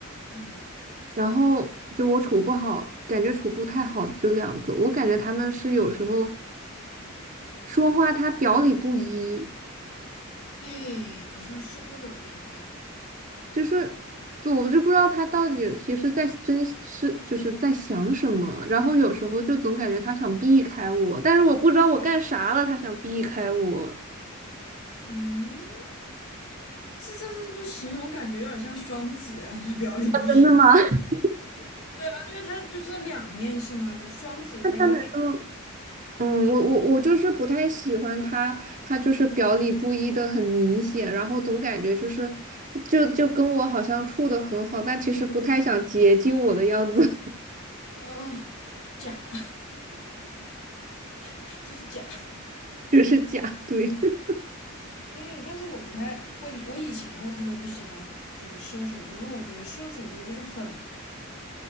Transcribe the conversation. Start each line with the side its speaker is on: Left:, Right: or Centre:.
Left: 嗯。
Right: 然后就我处不好，感觉处不太好的就两个，我感觉他们是有时候说话他表里不一，
Left: 哎，好像是会有一点这样。
Right: 就是就我就不知道他到底其实在真是就是在想什么，然后有时候就总感觉他想避开我，但是我不知道我干啥了，他想避开我。
Left: 嗯，这这这这不形容感觉有点像双子啊，<laughs> 表里不一。
Right: 真的吗？
Left: <laughs>
Right: <laughs>
Left: 啊，因为它就是两面性嘛，双子它有两
Right: 那他难道？嗯，我我我就是不太喜欢他，他就是表里不一的很明显，然后总感觉就是就就跟我好像处的很好，但其实不太想接近我的样子，
Left: 哦，假，<laughs> 就是假。
Right: <laughs> 就是假对。<laughs>
Left: 哎，但是我不太，我以我以前我特别不喜欢就是射手座，因为我觉得射手座就是很